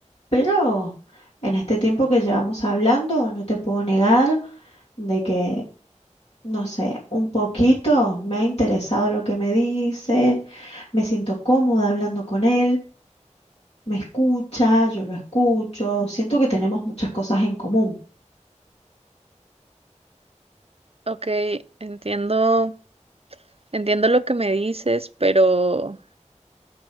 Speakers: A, on the left; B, on the right.
A: pero en este tiempo que llevamos hablando, no te puedo negar de que, no sé, un poquito me ha interesado lo que me dice, me siento cómoda hablando con él. me escucha, yo lo escucho, siento que tenemos muchas cosas en común.
B: Ok, entiendo, entiendo lo que me dices, pero,